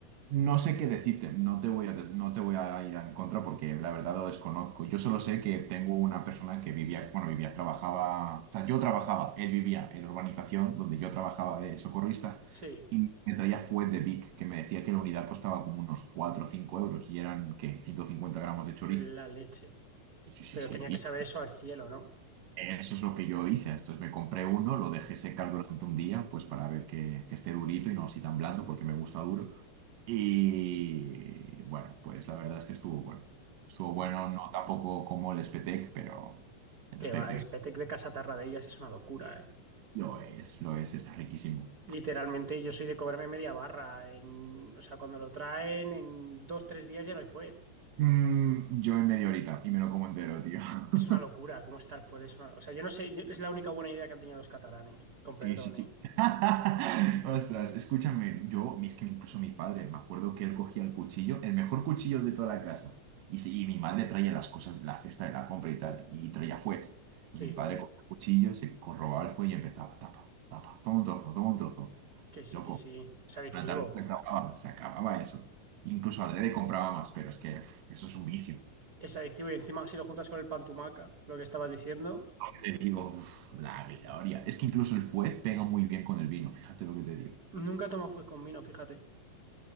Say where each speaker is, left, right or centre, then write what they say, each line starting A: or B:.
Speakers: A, on the right (about 65°); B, on the right (about 45°).
A: no sé qué decirte, no te voy a, des- no te voy a ir en contra porque la verdad lo desconozco. Yo solo sé que tengo una persona que vivía, bueno, vivía, trabajaba, o sea, yo trabajaba, él vivía en la urbanización donde yo trabajaba de socorrista
B: Sí,
A: y me traía fuet de Vic, que me decía que la unidad costaba como unos 4 o 5 euros y eran, ¿qué? 150 gramos de chorizo.
B: la leche.
A: Sí, sí,
B: Pero
A: sí.
B: tenía que saber eso al cielo, ¿no?
A: Eso es lo que yo hice. Entonces me compré uno, lo dejé secar durante un día, pues para ver que, que esté durito y no así tan blando, porque me gusta duro. Y bueno, pues la verdad es que estuvo bueno. Estuvo
B: Que
A: bueno, no tampoco como el Spetec, pero el Spetec
B: va, el Spetek de Casa ellas es una locura, ¿eh?
A: lo es, lo es, está riquísimo.
B: Literalmente yo soy de comerme media barra. En, o sea, cuando lo traen, en dos, tres días ya no hay fuet.
A: Mm, yo en media horita y me lo como entero, tío.
B: Es
A: <laughs>
B: una locura cómo está el fuet. Es una- o sea, yo no sé, yo- es la única buena idea que han tenido los catalanes. Con perdón,
A: Sí, sí, sí.
B: ¿eh?
A: <laughs> Ostras, escúchame, yo, es que incluso mi padre, me acuerdo que él cogía el cuchillo, el mejor cuchillo de toda la casa, y, sí, y mi madre traía las cosas de la cesta de la compra y tal, y traía fuet. Entonces
B: Sí,
A: mi padre cogía el cuchillo, se corrobaba el fuet y empezaba, tapa, tapa, toma un trozo, toma un trozo.
B: que sí,
A: Loco,
B: que sí. Es adictivo.
A: una tarde se acababa, se acababa eso. Incluso adrede compraba más, pero es que uf, eso es un vicio.
B: Es adictivo y encima si lo juntas con el pan tumaca, lo que estabas diciendo,
A: Te digo, uf, la gloria. Es que incluso el fuet pega muy bien con el vino, fíjate lo que te digo.
B: nunca tomo fuet con vino, fíjate.